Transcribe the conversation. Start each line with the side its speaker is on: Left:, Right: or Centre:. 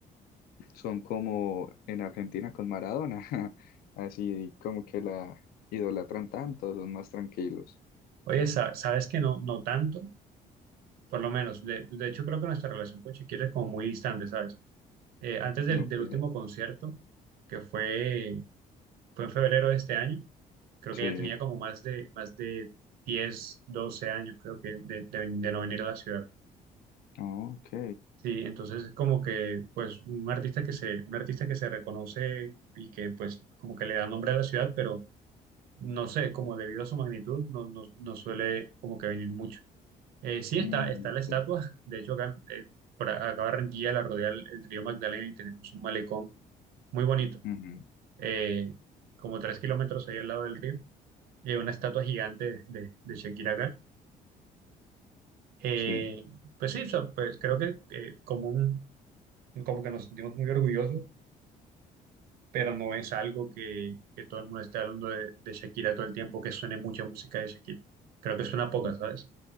Left: son como en Argentina con Maradona, <laughs> así como que la idolatran tanto, son más tranquilos.
Right: Oye, sa- sabes que no, no tanto, por lo menos, de, de hecho creo que nuestra relación con Shakira es como muy distante, ¿sabes? eh, antes del,
Left: Ok,
Right: del último concierto, que fue, fue en febrero de este año, creo
Left: sí,
Right: que ella tenía como más de, más de 10 12 años, creo que, de, de- de no venir a la ciudad.
Left: oh, ok.
Right: Sí, entonces es como que, pues, un artista que se, un artista que se reconoce y que, pues, como que le da nombre a la ciudad, pero no sé, como debido a su magnitud, no, no, no suele como que venir mucho. Eh, sí
Left: Mm,
Right: está, está la estatua,
Left: ok.
Right: de hecho acá, eh, por acá Barranquilla la rodea el, el río Magdalena y tenemos un malecón muy bonito.
Left: Ujú,
Right: eh, como tres kilómetros ahí al lado del río, y hay una estatua gigante de, de Shakira acá. Eh,
Left: Sí,
Right: pues sí, o sea, pues creo que eh, como un, como que nos sentimos muy orgullosos, pero no es algo que, que todo el mundo esté hablando de, de Shakira todo el tiempo, que suene mucha música de Shakira. Creo que suena poca,
Left: mm,
Right: ¿sabes?